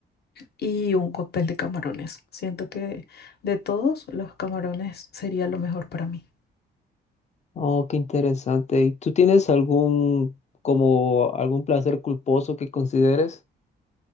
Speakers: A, on the left (about 55°); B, on the left (about 35°).
A: y un cóctel de camarones. Siento que de todos los camarones sería lo mejor para mí.
B: Oh, qué interesante. ¿Y tú tienes algún, como algún placer culposo que consideres?